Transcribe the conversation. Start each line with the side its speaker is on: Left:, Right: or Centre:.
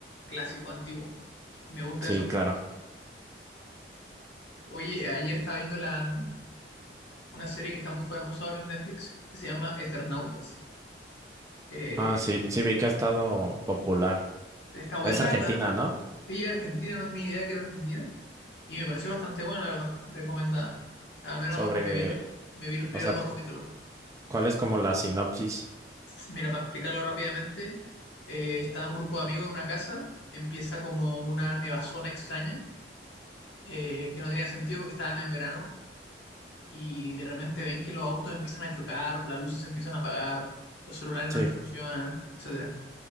Left: clásico, antiguo. Me gusta
Right: Sí,
Left: eso.
Right: claro.
Left: Oye, ayer estaba viendo la, una serie que está muy famosa ahora en Netflix, que se llama Eternautas. Eh,
Right: Ah, sí, sí vi que ha estado popular.
Left: está buena,
Right: Es
Left: la
Right: Argentina,
Left: verdad.
Right: ¿no?
Left: Sí, Argentina, no tenía idea que era Argentina. Y me pareció bastante buena, la verdad. Recomendada. Al menos
Right: Sobre,
Left: me vi los, me vi los primeros
Right: o sea,
Left: dos
Right: cu-
Left: capítulos.
Right: ¿cuál es como la sinopsis?
Left: Mira, para explicarlo rápidamente, eh, está un grupo de amigos en una casa. Empieza como una nevazón extraña, eh, que no tenía sentido porque estaban en verano y de repente ven que los autos empiezan a chocar, las luces se empiezan a apagar, los celulares
Right: Sí.
Left: no les funcionan, etcétera.